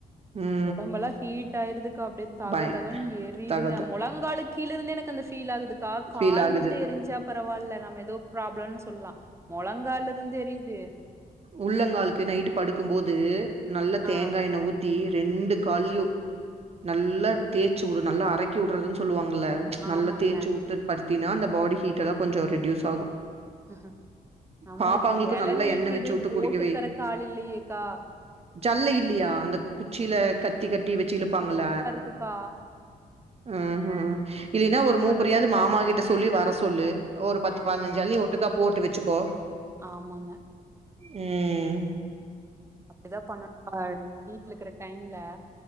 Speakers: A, on the right (about 40°); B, on the right (about 15°).
A: ம்
B: ஒடம்பெலா ஹீட் ஆயிருதுக்கா அப்டியே தக
A: பய
B: தகன்னு எரியுதுங்க
A: தகத
B: மொழங்காலு கீழ இருந்தே எனக்கு அந்த ஃபீல் ஆகுது கா
A: ஃபீல்
B: கால்
A: ஆகுது
B: மட்டு எரிஞ்சா பரவால்ல நாம ஏதோ ப்ராப்ளம்னு சொல்லலா மொழங்கால்ல இருந்து ஏரியுதே
A: உள்ளங்காலுளுக்கு நைட்டு படுக்கு போது நல்லா தேங்கா
B: ஆ
A: எண்ண ஊத் த்தி ரெண்டு கால்லயு நல்லா தேச்சிவுடு நல்லா அறக்கி உட்றதுன்னு சொல்லுவாங்ல நல்லா
B: ஆமாங்க.
A: தேச்சிவுட்டு படுத்தினா அந்த பாடி ஹீ்ட்டெல்லா கொஞ்சோ ரெட்யூஸ் ஆகு
B: அ நம்மளுக்கு
A: பாப்பாங்களுக்கு
B: எளநீக்கிது
A: நல்லா எண்ணெ வச்சு வுட்டு
B: போட்டு
A: குடிக்க
B: தரக்கு ஆள் இல்லயேக்கா
A: ஜல்ல இல்லயா அந்த குச்சில கத்தி கட்டி வெச்சு இழுப்பாங்கள
B: க்கா
A: ம் இல்லின்னா
B: இருக்க
A: ஒரு மூப்பரியாது
B: மரம்
A: மாமா கிட்ட சொல்லி வர சொல்லு ஒரு பத்து
B: ஆமாங்க,
A: பதினஞ்சு எளநீய ஒட்டுக்கா போட்டு வச்சுக்கோ
B: ஆமாங்க
A: ம்
B: அப்டிதா பண்ணு கா வீட்ல இக்குற டைம்ல